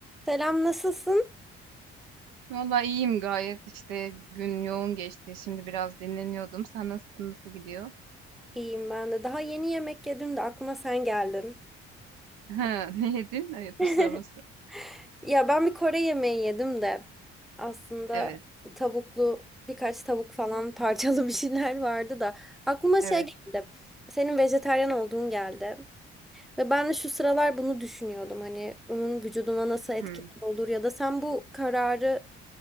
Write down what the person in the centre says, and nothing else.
Selam, nasılsın?
İyiyim ben de. Daha yeni yemek yedim de aklıma sen geldin.
<laughs>
Ya ben bir Kore yemeği yedim de aslında
tavuklu birkaç tavuk falan <laughs> parçalı bir şeyler vardı da aklıma şey
geldi. Senin vejetaryen olduğun geldi. Ve ben de şu sıralar bunu düşünüyordum. Hani bunun vücuduma nasıl etkileri
olur ya da sen bu kararı,